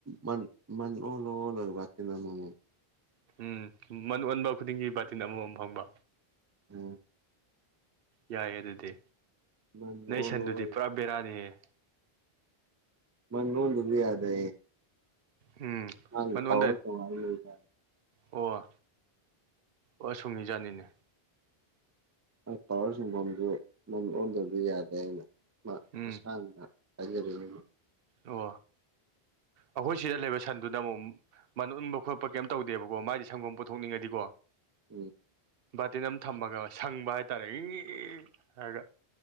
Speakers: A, on the right; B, on the right.
A: ꯃꯟ ꯃꯟ ꯑꯣꯜꯂ ꯑꯣꯜꯂꯒ ꯕꯇꯤꯟ ꯑꯃꯃꯝ
B: ꯎꯝ ꯃꯟ ꯑꯣꯟꯕ ꯈꯨꯗꯤꯡꯒꯤ ꯕꯥꯔꯇꯤꯟ ꯑꯃꯃꯝ ꯐꯪꯕ
A: ꯎꯝ
B: ꯌꯥꯏꯌꯦ ꯑꯗꯨꯗꯤ
A: ꯃꯟ
B: ꯅꯩ
A: ꯑꯣꯜ
B: ꯁꯟꯗꯨꯗꯤ
A: ꯑꯣꯜꯂꯒ
B: ꯄꯨꯔꯥ ꯕꯦꯔꯥꯅꯤꯍ
A: ꯃꯅꯣꯗꯗꯤ ꯌꯥꯗꯦ
B: ꯎꯝ
A: ꯑ <unintelligible>
B: ꯃꯅꯣꯟꯗ
A: ꯄꯋꯥꯔꯦ
B: ꯑꯣ ꯑꯣ ꯁꯨꯡꯍꯤꯖꯥꯅꯤꯅꯦ
A: ꯄꯋꯥꯔ ꯁꯨꯡꯐꯝꯁꯨ ꯃꯝ ꯑꯣꯟꯗꯕ ꯌꯥꯗꯦꯅ ꯃꯥ
B: ꯎꯝ
A: ꯃꯁꯥꯅ ꯑꯗꯨ
B: ꯑꯣ ꯑꯩꯈꯣꯏ ꯁꯤꯗ ꯂꯩꯕ ꯁꯟꯗꯨꯅ ꯑꯃꯨꯛ ꯃꯅ ꯎꯟꯕ ꯈꯣꯠꯄ ꯀꯩꯝ ꯇꯧꯗꯦꯕꯀꯣ ꯃꯥꯗꯤ ꯁꯪꯒꯝ ꯄꯨꯊꯣꯛꯅꯤꯡꯉꯗꯤꯀꯣ
A: ꯎꯝ
B: ꯕꯥꯔꯇꯤꯟ ꯑꯃ ꯊꯝꯃꯒ ꯁꯪꯕ ꯍꯥꯏꯇꯥꯔꯦ ꯏ ꯍꯥꯏꯔꯒ